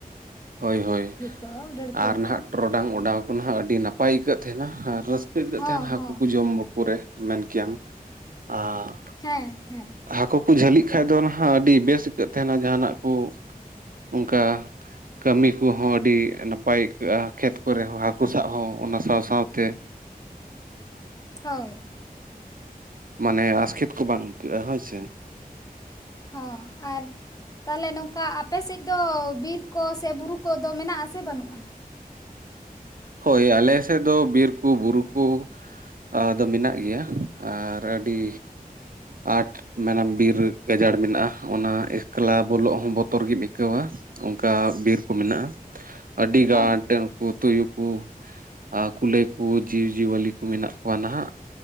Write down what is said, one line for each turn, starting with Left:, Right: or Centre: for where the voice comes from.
Right: ᱦᱳᱭ -ᱦᱳᱭ,
Left: ᱠᱚ ᱰᱟᱹᱲᱠᱟᱹ
Right: ᱟᱨ
Left: ᱠᱚ
Right: ᱱᱟᱦᱟᱜ ᱴᱚᱜ ᱴᱚᱨᱚᱰᱟᱝ ᱚᱰᱟᱣ ᱠᱚ ᱱᱟᱦᱟᱜ ᱟᱹᱰᱤ ᱱᱟᱯᱟᱭ ᱟᱹᱭᱠᱟᱹᱜ ᱛᱟᱦᱮᱱᱟ ᱟᱨ ᱨᱟᱹᱥᱠᱟᱹ ᱟᱹᱭᱠᱟᱹᱜ
Left: ᱦᱚᱸ
Right: ᱛᱟᱦᱮᱱᱟ ᱦᱟᱠᱩ
Left: ᱦᱚᱸ
Right: ᱠᱚ ᱡᱚᱢ ᱠᱚ ᱨᱮ ᱾ ᱢᱮᱱ ᱠᱮᱭᱟᱢ, ᱟ-ᱜ
Left: ᱦᱮᱸ, ᱦᱮᱸ ᱾
Right: ᱦᱟᱠᱩ ᱠᱚ ᱡᱷᱟᱹᱞᱤᱜ ᱠᱷᱟᱡ ᱫᱚ ᱱᱟᱦᱟᱜ ᱟᱹᱰᱤ ᱵᱮᱹᱥ ᱟᱹᱭᱠᱟᱹᱜ ᱛᱟᱦᱮᱱᱟ ᱡᱟᱦᱟᱱᱟᱜ ᱠᱚ, ᱚᱱᱠᱟ ᱠᱟᱹᱢᱤ ᱠᱚᱦᱚᱸ ᱟᱹᱰᱤ ᱱᱟᱯᱟᱭ ᱟᱹᱭᱠᱟᱹᱜᱼᱟ ᱠᱷᱮᱛ ᱠᱚᱨᱮ ᱦᱚᱸ ᱦᱟᱠᱩ ᱥᱟᱵ ᱦᱚᱸ ᱚᱱᱟ ᱥᱟᱶ ᱥᱟᱶᱛᱮ ᱾
Left: ᱦᱳᱭ ᱾
Right: ᱢᱟᱱᱮ ᱟᱥᱠᱮᱹᱛ ᱠᱚ ᱵᱟᱝ ᱟᱹᱭᱠᱟᱹᱜᱼᱟ ᱦᱳᱭ ᱥᱮ ᱾
Left: ᱦᱚᱸ, ᱟᱨ ᱛᱟᱞᱦᱮ ᱱᱚᱝᱠᱟ ᱟᱯᱮ ᱥᱮᱫ ᱫᱚ ᱵᱤᱨ ᱠᱚ ᱥᱮ ᱵᱩᱨᱩ ᱛᱳᱜ ᱫᱚ ᱢᱮᱱᱟᱜ ᱟᱥᱮ ᱵᱟᱹᱱᱩᱜᱼᱟ?
Right: ᱦᱳᱭ ᱟᱞᱮ ᱥᱮᱫ ᱫᱚ ᱵᱤᱨ ᱠᱩ, ᱵᱩᱨᱩ ᱠᱩ, ᱟᱫᱚ ᱢᱮᱱᱟᱜ ᱜᱮᱭᱟ ᱟᱨ ᱟᱹᱰᱤ ᱟᱴ ᱢᱮᱱᱟᱢ ᱵᱤᱨ ᱜᱟᱡᱟᱲ ᱢᱮᱱᱟᱜ-ᱟ ᱚᱱᱟ ᱮᱠᱞᱟ ᱵᱚᱞᱚᱜ ᱦᱚᱸ ᱵᱚᱛᱚᱨ ᱜᱮᱢ ᱟᱹᱭᱠᱟᱹᱣᱟ ᱚᱱᱠᱟ ᱵᱤᱨ ᱠᱚ ᱢᱮᱱᱟᱜ-ᱟ ᱟᱹᱰᱤ ᱜᱟᱴ
Left: ᱦᱮᱸ
Right: ᱩᱱᱠᱩ ᱛᱩᱭᱩ ᱠᱚ ᱠᱩᱞᱟᱹᱭ ᱠᱚ ᱡᱤᱵᱽ-ᱡᱤᱭᱟᱹᱞᱤ ᱠᱚ ᱢᱮᱱᱟᱜ ᱠᱚᱣᱟ ᱱᱟᱦᱟᱜ